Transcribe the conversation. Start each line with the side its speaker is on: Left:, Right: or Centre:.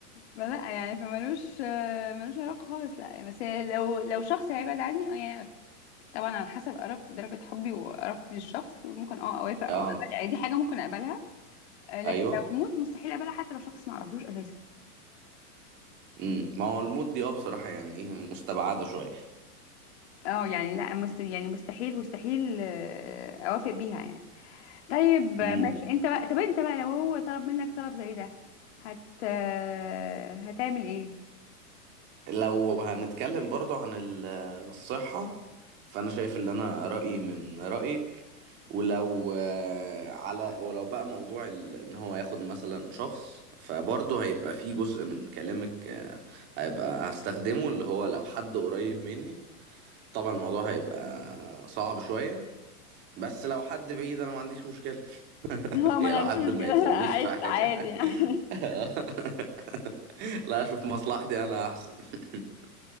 Left: فلا يعني فمالوش آه، ملوش علاقة خالص لا يعني بس لو لو شخص هيبعد عني آه، يعني طبعا على حسب قرب درجة حبي وقربتي للشخص ممكن اه اوافق او
Right: اه
Left: اقبل يعني دي حاجة ممكن اقبلها آه، لكن
Right: ايوه
Left: لو موت مستحيل اقبلها حتى لو شخص ما اعرفوش اساسا
Right: امم ما هو الموت دي اه بصراحة يعني ايه مستبعدة شوية
Left: اه يعني لا مست... يعني مستحيل مستحيل آه، اوافق بيها يعني طيب آه،
Right: مم.
Left: ماشي انت بقى طب انت بقى لو هو طلب منك طلب زي ده هت آه، هتعمل ايه؟
Right: لو هنتكلم برضو عن ال- الصحة فأنا شايف اللي أنا رأيي من رأيك ولو آه، على ولو بقى موضوع ال- إن هو ياخد مثلا شخص فبرضو هيبقى فيه جزء من كلامك آه، هيبقى هستخدمه اللي هو لو حد قريب مني طبعا الموضوع هيبقى صعب شوية بس لو حد بعيد أنا ما عنديش مشكلة <laughs>
Left: <laughs> اه ما
Right: يعني
Left: انا عنديش
Right: لو حد
Left: مشكلة
Right: ما يلزمنيش
Left: <laughs> انا عشت
Right: في حاجة
Left: عادي يعني
Right: <laughs> لا أشوف مصلحتي أنا أحسن <laughs>